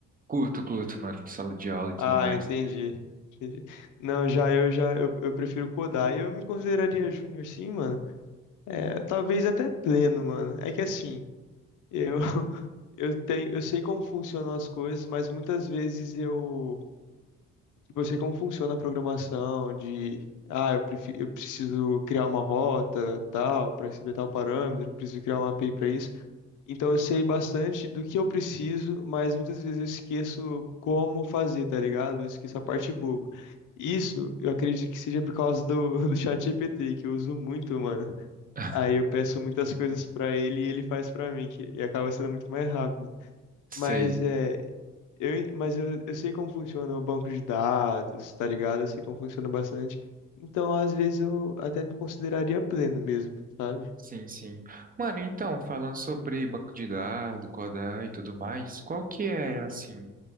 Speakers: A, on the right; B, on the left.
A: Curto, curto, mano, sala de aula e tudo
B: Ah,
A: mais.
B: entendi. Entendi. Não, já eu já eu, eu prefiro codar. E eu me consideraria júnior sim, mano. É, talvez até pleno, mano. É que assim, eu <laughs> eu tenho eu sei como funcionam as coisas, mas muitas vezes eu tipo, eu sei como funciona a programação de ah, eu prefiro, eu preciso criar uma rota, tal, para receber tal parâmetro, preciso criar uma API para isso. Então eu sei bastante do que eu preciso, mas muitas vezes eu esqueço como fazer, tá ligado? Eu esqueço a parte boba. Isso eu acredito que seja por causa do, <laughs> do ChatGPT, que eu uso muito, mano.
A: <laughs>
B: Aí eu peço muitas coisas pra ele e ele faz pra mim, que, e acaba sendo muito mais rápido.
A: Sei,
B: Mas é, eu, en- mas eu, eu sei como funciona o banco de dados, tá ligado? Eu sei como funciona bastante. Então, às vezes, eu até me consideraria pleno mesmo, sabe?
A: Sim, sim. Mano, então, falando sobre banco de dados, codar e tudo mais, qual que é, assim,